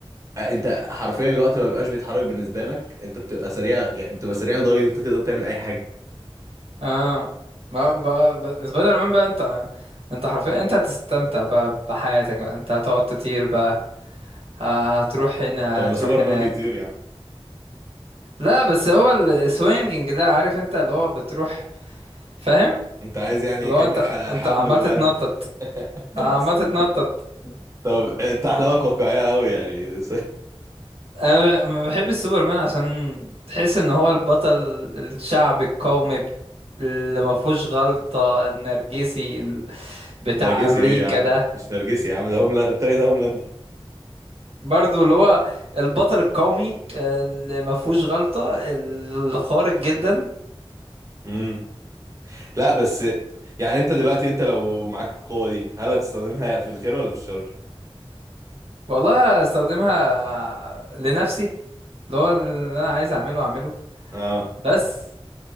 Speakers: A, on the right (about 30°); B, on the right (about 75°).
A: أ- انت حرفيا الوقت ما بيبقاش بيتحرك بالنسبه لك انت بتبقى سريع يعني بتبقى سريع لدرجه ان انت تقدر تعمل اي حاجه
B: اه ما بقى سبايدر مان بقى انت انت حرفيا انت هتستمتع بقى بحياتك بقى انت هتقعد تطير بقى ه- هتروح هنا
A: طب
B: هتروح
A: ما سوبرمان
B: هناك
A: بيطير يا عم
B: لا بس هو السوينجينج ده عارف انت اللي هو بتروح فاهم
A: انت عايز يعني
B: اللي
A: كانك
B: هو انت
A: ح-
B: انت
A: حبل
B: عمال
A: وقاعد
B: تتنطط
A: بت-
B: عمال تتنطط
A: <laughs> طب آه، انت احلامك واقعية قوي يعني
B: انا ما بحبش سوبرمان عشان تحس ان هو البطل الشعبي القومي اللي ما فيهوش غلطة النرجسي
A: <laughs>
B: بتاع
A: نرجسي
B: امريكا
A: ايه يا عم
B: ده
A: مش نرجسي يا عم ده هوملاند التاني ده هوملاندر
B: برضو اللي هو البطل القومي اللي ما فيهوش غلطة الخارق جدا
A: امم لا بس يعني انت دلوقتي انت لو معاك القوة دي هل هتستخدمها في الخير ولا في الشر؟
B: والله استخدمها لنفسي اللي هو اللي انا عايز اعمله اعمله
A: اه
B: بس